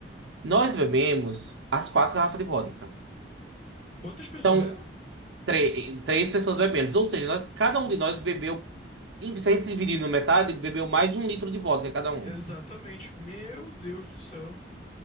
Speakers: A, on the right; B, on the left.
A: Nós bebemos as quatro garrafas de vodka.
B: Quantas pessoas
A: Então,
B: eram?
A: tre- três pessoas bebemos, ou seja, nós, cada um de nós bebeu E se a gente dividir na metade, bebeu mais de um litro de vodka cada um.
B: Exatamente. Meu Deus do céu.